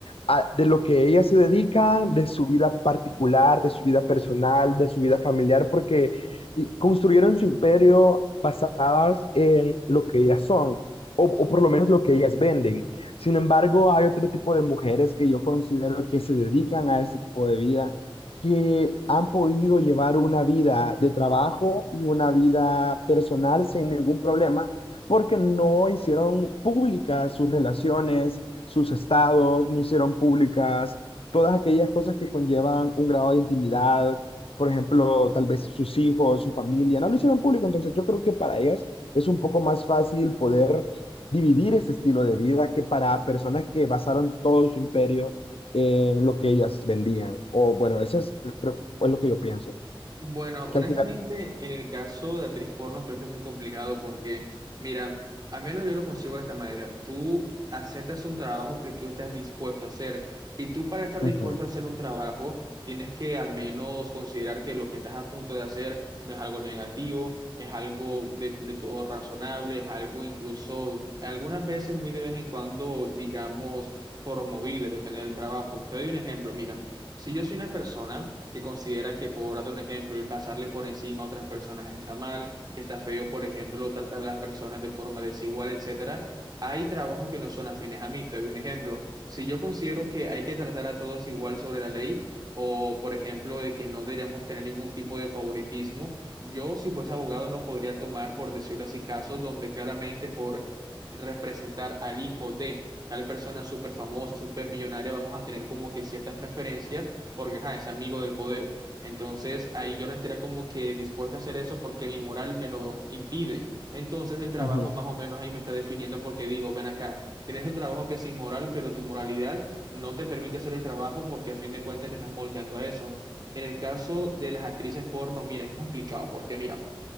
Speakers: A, on the left (about 80°); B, on the right (about 45°).
A: a- de lo que ellas se dedican, de su vida particular, de su vida personal, de su vida familiar, porque y construyeron su imperio basadas en lo que ellas son o, o por lo menos lo que ellas venden. Sin embargo, hay otro tipo de mujeres que yo considero que se dedican a este tipo de vida, que han podido llevar una vida de trabajo y una vida personal sin ningún problema, porque no hicieron públicas sus relaciones, sus estados, no hicieron públicas todas aquellas cosas que conllevan un grado de intimidad, por ejemplo, tal vez sus hijos, su familia, no lo hicieron público, entonces yo creo que para ellas es un poco más fácil poder dividir ese estilo de vida que para personas que basaron todo su imperio en lo que ellas vendían. O bueno, eso es, creo- es lo que yo pienso,
B: Bueno, honestamente,
A: que al final...
B: en el caso de actriz porno creo que es muy complicado porque, mira, al menos yo lo consigo de esta manera, tú aceptas un trabajo que tú estás dispuesto a hacer y tú para estar
A: Ujú,
B: dispuesto a hacer un trabajo tienes que al menos considerar que lo que estás a punto de hacer no es algo negativo, es algo de, de todo razonable, es algo incluso algunas veces muy de vez en cuando, digamos, promovible, depende del trabajo. Te doy un ejemplo, mira, si yo soy una persona que considera que, por darte un ejemplo, el pasarle por encima a otras personas está mal, que está feo, por ejemplo, tratar a las personas de forma desigual, etcétera, hay trabajos que no son afines a mí. Te doy un ejemplo. Si yo considero que hay que tratar a todos igual sobre la ley, o por ejemplo, de que no deberíamos tener ningún tipo de favoritismo, yo, si fuese abogado, no podría tomar, por decirlo así, casos donde claramente por representar al hijo de tal persona súper famosa, súper millonaria, vamos a tener como que ciertas preferencias porque ajá, es amigo del poder. Entonces ahí yo no estaría como que dispuesta a hacer eso porque mi moral me lo impide. Entonces el trabajo
A: ujú,
B: más o menos ahí me está definiendo porque digo, ven acá, tienes un trabajo que es inmoral, pero tu moralidad no te permite hacer el trabajo porque a fin de cuentas te estás moldeando a eso. En el caso de las actrices porno, mira, es complicado porque mira,